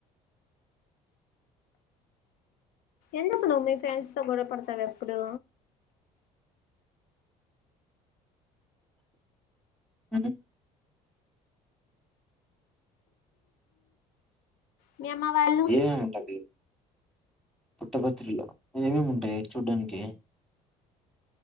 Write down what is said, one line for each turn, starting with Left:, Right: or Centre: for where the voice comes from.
Left: ఎందుకు నువ్వు మీ ఫ్రెండ్స్ తో గొడవ పడుతావ్ ఎప్పు డు
Centre: హ్మ్
Left: మీ అమ్మ వాళ్ళు
Centre: ఏం అయి ఉంటాది పుట్టపత్రిలో ఏమేమింటాయి చూడ్డానికి